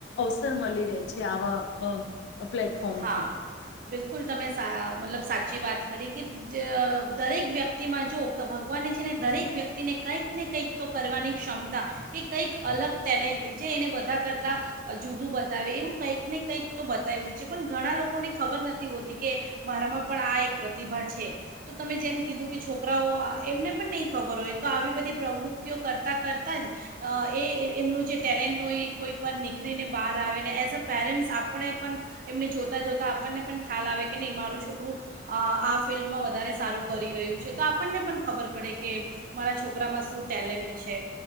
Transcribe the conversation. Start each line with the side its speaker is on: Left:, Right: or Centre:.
Left: અવસર મળી રહે છે આવા અ પ્લેટફોર્મથી.
Right: હા બિલકુલ તમે સા મતલબ સાચી વાત કરી. કે જ દરેક વ્યક્તિમાં જો ભગવાનને છે ને દરેક વ્યક્તિને કંઈક ને કંઈક તો કરવાની ક્ષમતા કે કંઈક અલગ ટેલેન્ટ જે એને બધા કરતાં જુદું બતાવે એવું કંઈક ને કંઈક તો બતાવવું છે. પણ ઘણા લોકોને ખબર નથી હોતી કે મારામાં પણ આ એક પ્રતિભા છે તો તમે જેમ કીધું કે છોકરાઓ એમને પણ નહીં ખબર હોય તો આવી બધી પ્રવૃત્તિઓ કરતાં કરતાં જ અ એ એમનું જે ટેલેન્ટ હોય કોઈકવાર નીકળીને બહાર આવે ને એઝ અ પેરેન્ટ્સ આપણે પણ એમને જોતાં જોતાં આપણને પણ ખ્યાલ આવે કે નહીં મારું છોકરું અ આ ફિલ્ડમાં વધારે સારું કરી રહ્યું છે. તો આપણને પણ ખબર પડે કે મારા છોકરામાં શું ટેલેન્ટ છે.